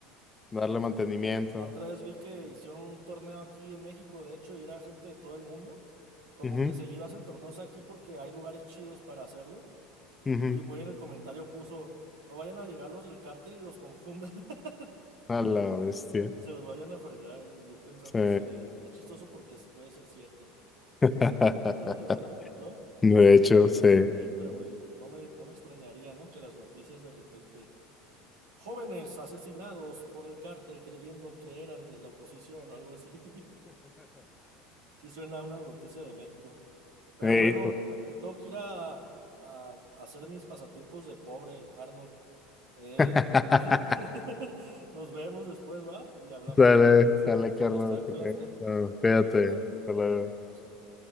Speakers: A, on the left (about 20°); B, on the right (about 80°).
A: darle
B: La otra,
A: mantenimiento.
B: la otra vez vi que hicieron un torneo aquí en México, de hecho, y era gente de todo el mundo. Como
A: Ujú,
B: que seguido hacen torneos aquí porque hay lugares chidos para hacerlo.
A: ujú.
B: Y un güey en el comentario puso, no vayan a llegar los del cártel y los confundan <laughs>
A: A la bestia.
B: y se los vayan a fregar. Y yo pensando
A: Sí.
B: así de, es chistoso porque es- puede ser cierto.
A: <laughs>
B: <laughs> ¿No?
A: De hecho, sí.
B: La neta, güey. No me, no me extrañaría, ¿no? Que las noticias de repente... Jóvenes asesinados por el cártel creyendo que eran de la oposición o algo así. <laughs> Sí suena a una noticia de México. Pero
A: <laughs>
B: bueno,
A: hijo.
B: me, me tengo que ir a, a hacer mis pasatiempos de pobre, Arnold. Eh,
A: <laughs>
B: <laughs> nos vemos después, ¿va? Y hablamos.
A: Sale, sale, Carlos,
B: Ya está, cuídate.
A: que te... no, cuídate.
B: Nos vemos.
A: Hasta luego.
B: Hasta luego.